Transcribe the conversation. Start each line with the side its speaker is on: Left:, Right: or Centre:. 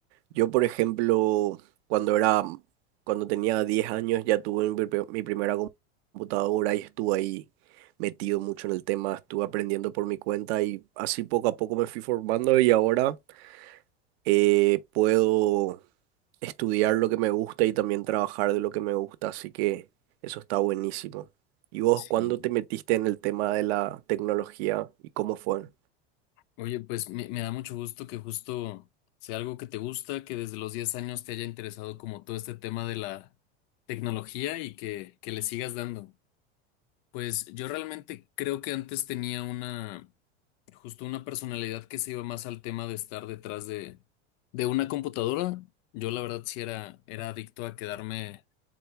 Right: yo, por ejemplo, cuando era, cuando tenía 10 años ya tuve mi, pri- mi primera com- computadora y estuve ahí metido mucho en el tema, estuve aprendiendo por mi cuenta y así poco a poco me fui formando y ahora eh, puedo estudiar lo que me gusta y también trabajar de lo que me gusta, así que eso está buenísimo. ¿Y vos
Left: Sí.
Right: cuándo te metiste en el tema de la tecnología y cómo fue?
Left: Oye, pues me, me da mucho gusto que justo sea algo que te gusta, que desde los 10 años te haya interesado como todo este tema de la tecnología y que, que le sigas dando. Pues yo realmente creo que antes tenía una, justo una personalidad que se iba más al tema de estar detrás de, de una computadora. Yo la verdad sí era, era adicto a quedarme.